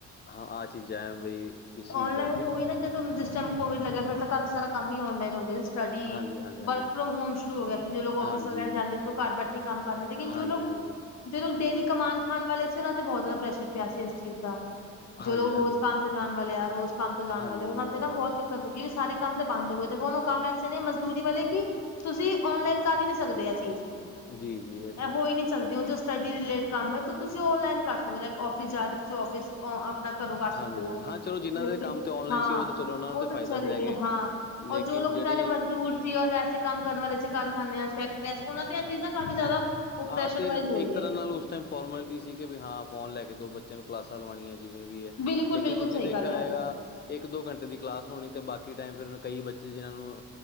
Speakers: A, on the left (about 35°); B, on the left (about 60°).
A: ਹਾਂ, ਆ ਚੀਜਾਂ ਏ ਬਈ ਇਸ ਚੀਜ਼
B: ਔਨਲਾਈਨ
A: ਕਰਕੇ
B: ਓਈ ਨਾ ਜਦੋ, ਜਿਸ ਟੈਮ ਕੋਵਿਡ ਲਗਿਆ ਫਿਰ ਤਾ ਕਾਫੀ ਸਾਰਾ ਕੰਮ ਈ ਔਨਲਾਈਨ ਹੋ ਗਿਆ ਸੀ ਸਟੱਡੀ
A: ਹਾਂਜੀ ਹਾਂਜੀ ਹਾਂਜੀ
B: ਵਰਕ ਫਰੋਮ ਹੋਮ ਸ਼ੁਰੂ ਹੋ ਗਿਆ ਸੀ ਜੋ ਲੋਕ ਆਫਿਸ
A: ਹਾਂਜੀ
B: ਵਗੈਰਾ ਜਾਂਦੇ ਸੀ ਓ ਘਰ ਬੈਠੇ ਕੰਮ ਕਰ ਲੈਂਦੇ ਸੀ ਲੇਕਿਨ
A: ਹਾਂਜੀ
B: ਜੋ ਲੋਕ,
A: ਹਾਂਜੀ ਹਾਂਜੀ
B: ਜੋ ਲੋਕ ਡੇਲੀ ਕਮਾਣ ਖਾਣ ਵਾਲੇ ਸੀ ਉਨਾ ਤੇ ਬੌਤ ਜ਼ਿਆਦਾ ਪ੍ਰੈਸ਼ਰ ਪਿਆ ਸੀ ਇਸ ਚੀਜ ਦਾ
A: ਹਾਂਜੀ
B: ਜੋ ਲੋਕ ਰੋਜ ਕੰਮ ਤੇ ਜਾਣ ਵਾਲੇ ਆ ਰੋਜ਼ ਕੰਮ ਤੇ ਜਾਣ
A: ਹਾਂਜੀ
B: ਵਾਲੇ
A: ਹਾਂਜੀ
B: ਓਨਾਂ ਤੇ ਨਾ ਬੌਤ ਈ ਤਦਕੀ ਓ ਸਾਰੇ ਕੰਮ ਤੇ ਬੰਦ ਹੋਗੇ ਜਦੋ ਉਨੂੰ ਕੰਮ ਐਸੇ ਨੇ ਮਜ਼ਦੂਰੀ ਵਾਲੇ ਕਿ ਤੁਸੀ ਓਨਲਾਈਨ ਕਰ ਈ ਨੀ ਸਕਦੇ ਐ ਚੀਜ
A: ਜੀ ਜੀ ਇਹ
B: ਐ
A: ਤੇ
B: ਹੋ
A: ਹੈ
B: ਈ ਨੀ ਸਕਦੀ ਉਂਜ ਸਟੱਡੀ ਰਿਲੇਟ ਕੰਮ ਏ ਤਾ ਤੁਸੀ ਔਨਲਾਈਨ ਕਰ ਸਕਦੇ ਔਫਿਸ ਜਾ ਕੇ ਤੁਸੀ ਔਫਿਸ ਓਂ ਆਪਨਾ ਘਰੋਂ ਕਰ ਸਕਦੇ
A: ਹਾਂਜੀ ਹਾਂਜੀ
B: ਓ
A: ਹਾਂ ਚਲੋ ਜਿਨਾਂ
B: ਲੇਕਿਨ
A: ਦੇ ਕੰਮ ਤੇ ਔਨਲਾਈਨ
B: ਹਾਂ
A: ਸੀ ਉਹ ਤਾਂ ਚਲੋ ਉਹਨਾਂ ਨੂੰ
B: ਓ
A: ਤਾਂ
B: ਤੇ
A: ਫਾਇਦਾ
B: ਚਲੇ
A: ਰਹਿ
B: ਗਏ,
A: ਗਿਆ
B: ਹਾਂ।
A: ਲੇਕਿਨ
B: ਔਰ ਜੋ ਲੋਕ
A: ਜਿਹੜੇ
B: ਵਿਚਾਰੇ ਮਜਦੂਰ ਸੀ ਔਰ ਵੈਸੇ ਕੰਮ ਕਰਨ ਵਾਲੇ ਸੀ ਕਾਰਖਾਨਿਆਂ ਚ ਫ ਵੈਸੇ ਓਨਾ ਦੀਆ ਐ ਚੀਜ਼ਾਂ ਕਾਫੀ
A: ਹਾਂਜੀ
B: ਜਆਦਾ ਪ੍ਰੈਸ਼ਰ
A: ਆਹ ਤੇ
B: ਵਾਈਜ਼ ਹੋ ਗੀਆ।
A: ਇੱਕ ਤਰ੍ਹਾਂ ਨਾਲ ਉਸ ਟੈਮ ਫੋਰਮਲਿਟੀ ਸੀ ਕਿ ਵੀ ਹਾਂ ਫੋਨ ਲੈ ਕੇ ਦੋ ਬੱਚਿਆਂ ਨੂੰ ਕਲਾਸਾਂ ਲਵਾਣੀਆਂ ਜਿਵੇਂ ਵੀ ਐ
B: ਬਿਲਕੁਲ
A: ਲੇਕਿਨ
B: ਬਿਲਕੁਲ
A: ਤੁਸੀ
B: ਸਹੀ
A: ਦੇਖਿਆ
B: ਗੱਲ ਹੈ
A: ਹੋਏਗਾ ਇੱਕ ਦੋ ਘੰਟੇ ਦੀ ਕਲਾਸ ਹੋਣੀ ਤੇ ਬਾਕੀ ਟੈਮ ਫੇਰ ਕਈ ਬੱਚੇ ਜਿਨ੍ਹਾਂ ਨੂੰ